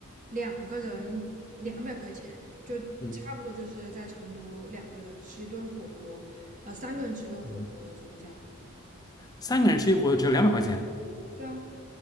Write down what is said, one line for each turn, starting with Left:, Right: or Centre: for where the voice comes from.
Right: 两个人两百块钱，就差不多就是在成都两个人吃一顿火锅，
Left: 嗯
Right: 呃，三个人吃一顿火锅的这个价格了。
Left: 嗯，三个人吃一锅只要两百块钱，
Right: 对啊，